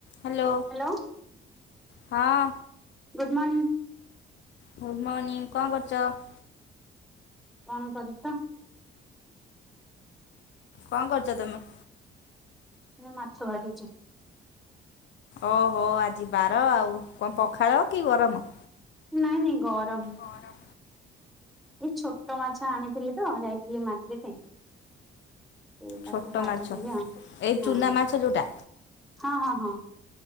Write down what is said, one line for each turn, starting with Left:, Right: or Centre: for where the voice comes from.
Left: Hello.
Centre: Hello.
Left: ହଁ।
Centre: Good morning.
Left: Good morning କଣ କରୁଚ?
Centre: କଣ କରୁଛ?
Left: କଣ କରୁଚ ତମେ?
Centre: ମୁଁ ମାଛ ଭାଜୁଛି।
Left: ଓହୋ ଆଜି ବାର ଆଉ କଣ ପଖାଳ କି ଗରମ?
Centre: ନାଇଁ, ନାଇଁ ଗରମ।
Left: ଗରମ।
Centre: ମୁଁ ଛୋଟ ମାଛ ଆଣିଥିଲି ତ ଯାଇଥିଲି ମାର୍କେଟେ। ସେ ତାକୁ
Left: ଛୋଟ
Centre: ଭାଜୁ
Left: ମାଛ
Centre: ଥିଲି ଆ ହଁ,
Left: ଏଇ ଚୁନା ମାଛ ଯୋଉଟା
Centre: ହଁ ହଁ ହଁ।